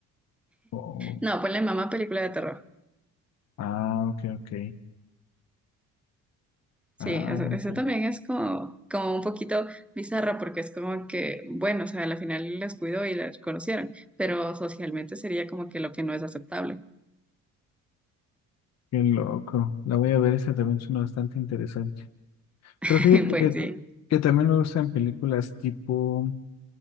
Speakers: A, on the left; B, in the centre.
A: Oh,
B: No, ponle mamá película de terror.
A: ah, ok, ok.
B: Sí,
A: Ah,
B: eso, eso
A: ok.
B: también es como, como un poquito bizarra porque es como que, bueno, o sea, a la final las cuidó y las conocieron, pero socialmente sería como que lo que no es aceptable.
A: Qué loco. La voy a ver, esa también suena bastante interesante.
B: <laughs>
A: Pero fíjate
B: Pues
A: que,
B: sí,
A: que también me gustan películas tipo